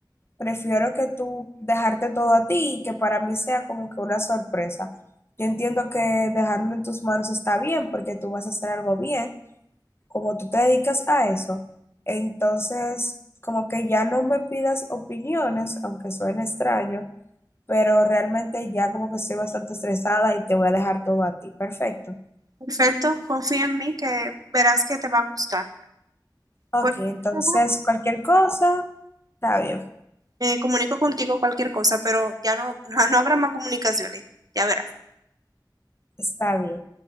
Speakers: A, on the left; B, on the right.
A: prefiero que tú dejarte todo a ti y que para mí sea como que una sorpresa. Yo entiendo que dejarlo en tus manos está bien porque tú vas a hacer algo bien, como tú te dedicas a eso. Entonces, como que ya no me pidas opiniones, aunque suene extraño, pero realmente ya como que estoy bastante estresada y te voy a dejar todo a ti. Perfecto.
B: Perfecto, confía en mí que verás que te va a gustar.
A: Ok,
B: Pues,
A: entonces
B: ujú,
A: cualquier cosa, está bien,
B: me comunico contigo cualquier cosa, pero ya no, <laughs> no habrá más comunicaciones, ya verás.
A: está bien.